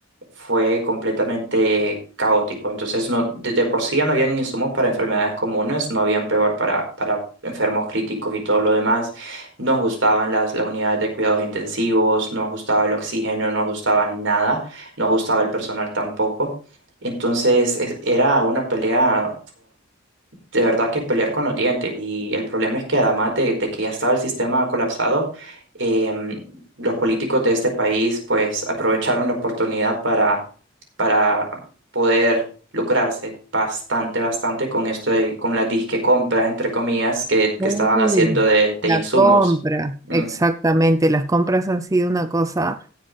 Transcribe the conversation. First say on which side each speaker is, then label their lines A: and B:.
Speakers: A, on the right; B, on the right.
A: fue completamente caótico. Entonces, no, de, de por sí ya no habían insumos para enfermedades comunes, no habían peor para, para enfermos críticos y todo lo demás. No ajustaban las, las unidades de cuidados intensivos, no ajustaba el oxígeno, no ajustaban nada, no ajustaba el personal tampoco. Entonces, es- era una pelea de verdad que pelear con los dientes. Y el problema es que además de, de que ya estaba el sistema colapsado, em, los políticos de este país pues aprovecharon la oportunidad para, para poder lucrarse bastante, bastante con esto de- con las disque compras, entre comillas, que, que
B: Uy,
A: estaban haciendo de, de
B: la
A: insumos.
B: compra.
A: Mm,
B: Exactamente, las compras han sido una cosa.